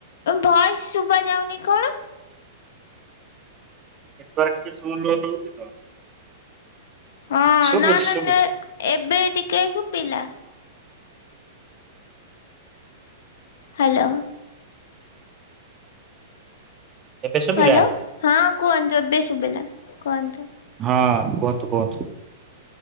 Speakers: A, on the left; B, on the right.
A: ଭେଏ ସୁଭା ଯାଉନି କଣ?
B: ଏ ଟିକେ <unintelligible> ରହୁଛି ତ
A: ହଁ
B: ଶୁଭୁଛି
A: ନା ନେ
B: ଶୁଭୁଛି
A: ଏବେ ଟିକେ ପିଲା। ହ୍ୟାଲୋ।
B: ଏବେ ଶୁଭିଲା?
A: ହ୍ୟାଲୋ ହଁ କୁହନ୍ତୁ ଏବେ ଶୁଭିଲା କୁହନ୍ତୁ।
B: ହଁ କୁହନ୍ତୁ କୁହନ୍ତୁ।